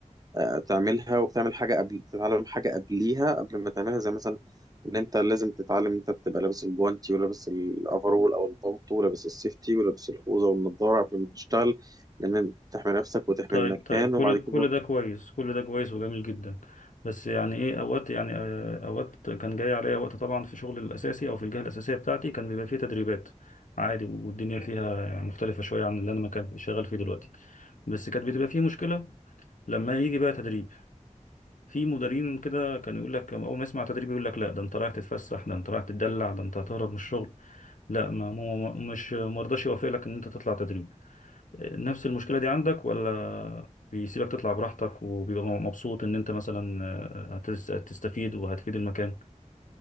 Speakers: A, on the right; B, on the left.
A: آه، تعملها وبتعمل حاجة قبل تتعلم حاجة قبليها قبل ما تعملها زي مثلا ان انت لازم تتعلم ان انت تبقى لابس الجوانتي ولابس الافرول او البلطو ولابس السيفتي ولابس الخوذة والنضارة قبل ما تشتغل لان تحمي نفسك وتحمي
B: طيب
A: المكان
B: طيب كل
A: وبعد كده
B: كل ده كويس كل ده كويس وجميل جدا بس يعني ايه اوقات يعني آه، اوقات كان جاي عليا وقت طبعا في شغل الاساسي او في الجهه الاساسيه بتاعتي كان بيبقى فيه تدريبات عادي والدنيا فيها يعني مختلفه شويه عن اللي انا ما كان شغال فيه دلوقتي بس كانت بتبقى فيه مشكله لما يجي بقى تدريب في مديرين كده كان يقول لك اول ما يسمع تدريب يقول لك لا ده انت رايح تتفسح ده انت رايح تتدلع ده انت هتهرب من الشغل لا ما مو- مش مرضاش يوافق لك ان انت تطلع تدريب نفس المشكلة دي عندك ولا بيسيبك تطلع براحتك وبيبقى مبسوط إن أنت مثلا آه، هتس- هتستفيد وهتفيد المكان